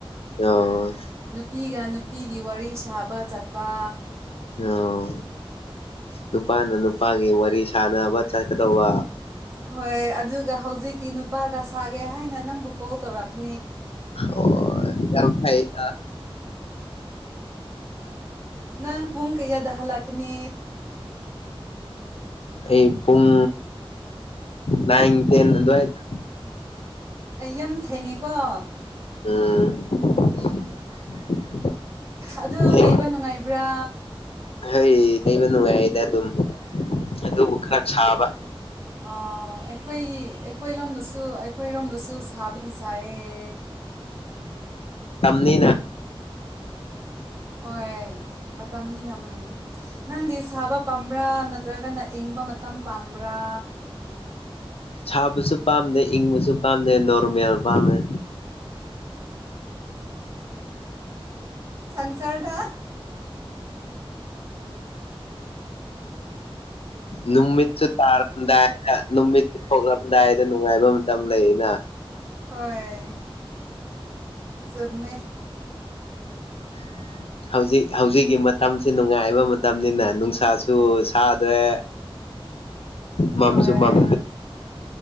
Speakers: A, on the left (about 75°); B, on the right (about 30°).
A: ꯑꯣ
B: ꯅꯨꯄꯤꯒ ꯅꯨ ꯅꯨꯄꯤꯒꯤ ꯋꯥꯔꯤ ꯁꯥꯕ ꯆꯠꯄ
A: ꯑꯣ ꯅꯨꯄꯥꯅ ꯅꯨꯄꯥꯒꯤ ꯋꯥꯔꯤ ꯁꯅꯕ ꯆꯠꯀꯗꯧꯕ
B: ꯍꯣꯏ ꯑꯗꯨꯒ ꯍꯧꯖꯤꯛꯇꯤ ꯅꯨꯄꯥꯒ ꯁꯥꯒꯦ ꯍꯥꯏꯅ ꯅꯪꯕꯨ ꯀꯥꯎ ꯇꯧꯔ ꯄ
A: ꯑꯣ ꯌꯥꯝ ꯐꯩꯗ
B: ꯅꯪ ꯄꯨꯡ ꯀꯩꯌꯥꯗꯍ ꯂꯥꯛꯈꯅꯤ
A: ꯑꯩ ꯄꯨꯡ ꯅꯏꯟ ꯇꯦꯟ ꯑꯗꯨ ꯑꯗꯨ
B: ꯑꯩ ꯌꯥꯝ ꯊꯦꯡꯉꯦꯀꯣ
A: ꯎꯝ
B: ꯑꯗꯨ
A: ꯍꯦꯛ
B: ꯂꯩꯕ ꯅꯨꯡꯉꯥꯏꯕ꯭ꯔꯥ
A: ꯍꯩ ꯂꯩꯩꯕ ꯅꯨꯡꯉꯥꯏꯗ ꯑꯗꯨꯝ ꯑꯗꯨꯕꯨ ꯈꯔ ꯁꯥꯕ
B: ꯑꯩꯈꯣꯏ ꯑꯩꯈꯣꯏ ꯂꯣꯝꯗꯁꯨ ꯑꯩꯈꯣꯏꯔꯣꯝꯗꯁꯨ ꯁꯥꯕꯨꯗꯤ ꯁꯥꯏꯌꯦ
A: ꯅꯤ
B: ꯍꯣꯏ ꯃꯇꯝꯅꯤ ꯅ ꯅꯪꯗꯤ ꯁꯥꯕ ꯄꯥꯝꯕ꯭ꯔꯥ ꯅꯠꯇ꯭ꯔꯒꯅ ꯏꯪꯕ ꯃꯇꯝ ꯄꯥꯝꯕ꯭ꯔꯥ
A: ꯁꯥꯕꯁꯨ ꯄꯥꯝꯗꯦ ꯏꯪꯕꯁꯨ ꯄꯥꯝꯗꯦ ꯅꯣꯔꯃꯦꯜ ꯄꯥꯝꯃꯦ
B: ꯁꯪꯁꯔꯗ
A: ꯎ ꯅꯨꯃꯤ ꯇꯥꯔꯝꯗ ꯅꯃꯤ ꯄꯨꯝꯗ ꯅꯨꯡꯉꯥꯏꯕ ꯃꯇꯝ ꯂꯩꯅ
B: ꯍꯣꯏ ꯁꯃꯦ
A: <unintelligible> ꯍꯧꯖꯤꯛ ꯍꯧꯖꯤꯛꯀꯤ ꯃꯇꯝꯁꯤꯦ ꯅꯨꯡꯉꯥꯏꯕ ꯃꯇꯝꯅꯤꯅ ꯅꯨꯡꯁꯥꯁꯨ ꯁꯥꯗ꯭ꯔꯦ ꯃꯝꯖꯨ
B: ꯍꯣꯏ
A: ꯃꯝ